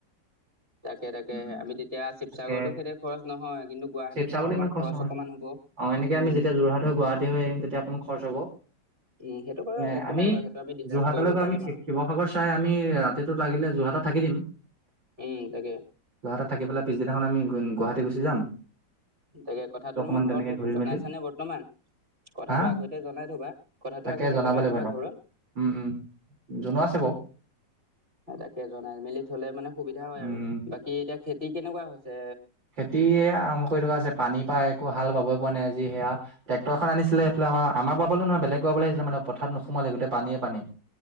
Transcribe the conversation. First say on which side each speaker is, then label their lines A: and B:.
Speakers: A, on the right (about 30°); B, on the right (about 85°).
A: তাকে তাকে
B: উম।
A: আমি তেতিয়া শিৱসাগৰতো
B: তাকে
A: খেই খৰচ নহয়। কিন্তু গুৱাহাটীতহে
B: শিৱসাগৰতো
A: অকণমান
B: ইমান
A: খৰচ
B: নহয়
A: অকনমান হ'ব।
B: অ এনেকে
A: উম
B: আমি যেতিয়া যোৰহাট হৈ গুৱাহাটী হৈ আহিম তেতিয়া অকণ খৰচ হব।
A: উম সেইটো বাৰু
B: মানে
A: একো
B: আমি
A: নাই বাৰু সেইটো আমি ডিজাৰ্ভ
B: যোৰহাটলৈ
A: কৰিব
B: গৈ
A: পাৰিম
B: আমি শিৱসাগৰ
A: আৰু
B: চাই আমি ৰাতিটো লাগিলে যোৰহাটত থাকি দিম।
A: উম তাকে
B: যোহাটত থাকি পেলাই পিছদিনাখন আমি গুৱাহাটী গুচি যাম।
A: তাকে কথাটো
B: অকমান
A: তুমি
B: তেনেকে
A: ঘৰত
B: ঘূৰি
A: জনাইছানে
B: মেলি
A: বৰ্তমান কথাাটো
B: হা
A: আগতে জনাই থবা কথাটো
B: তাকে
A: আগতে
B: জনাব
A: জনাই
B: লাগিব
A: থবা
B: সিহঁতক
A: ঘৰত
B: উম উম জনোৱা আছে বাৰ
A: তাকে জনাই মেলি থলে মানে সুবিধা হয়
B: উম,
A: আৰু বাকী এতিয়া খেতি কেনেকুৱা হৈছে
B: খেতিয়ে আৰম্ভ কৰি থকা আছে পানী পাই একো হাল বাবই পোৱা নাই আজি সেয়া ট্ৰেক্টৰ খন আনিছিলে সেইফালে আমাৰ আমাৰ বাবলৈ নহয় বেলেগ বাবলৈ আহিছিলে মানে পথত নোসোমালে গোটেই পানীয়েে পানী